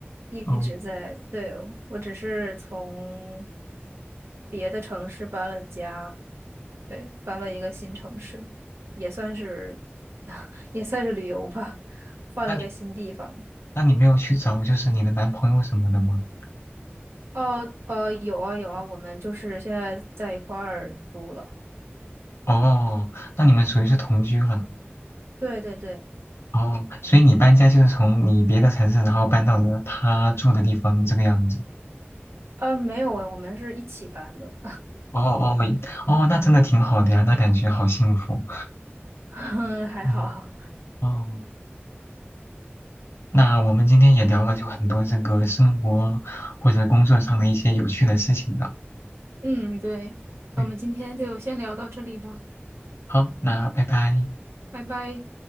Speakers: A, on the right; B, on the left.
A: 一直在，
B: 哦，
A: 对，我只是从别的城市搬了家，对，搬了一个新城市，也算是，<laughs> 也算是旅游吧，换了个新地方。
B: 那你那你没有去找就是你的男朋友什么的吗？
A: 哦，呃，有啊有啊，我们就是现在在一块儿住了。
B: 哦，那你们属于是同居了。
A: 对对对，
B: 哦，所以你搬家就是从你别的城市，然后搬到了他住的地方这个样子。
A: 呃，没有哎，我们是一起搬的，
B: 哦哦哦，那真的挺好的呀，那感觉好幸福。
A: <laughs> 还好。
B: 嗯，哦，那我们今天也聊了就很多这个生活或者工作上的一些有趣的事情了。
A: 嗯，对，那我们今天就先聊到这里吧，
B: 对，好，那拜拜。
A: 拜拜。